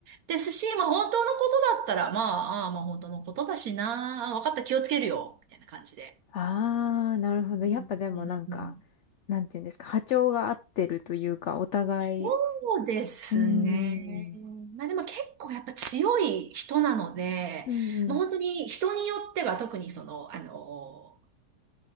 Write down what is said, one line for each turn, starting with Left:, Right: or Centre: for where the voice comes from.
Right: ですし、まあ本当のことだったら、まあ、ああまあ本当のことだしな、あ分かった、気をつけるよ、みたいな感じで。
Left: ああ、なるほど。
Right: うん
Left: やっぱでもなんか、
Right: うん
Left: なんていうんですか、波長が合ってるというか、お互い、
Right: そうですね。
Left: うーん、
Right: まあでも結構やっぱ強い人なので、
Left: うんうん、
Right: まあ本当に人によっては特にその、あの、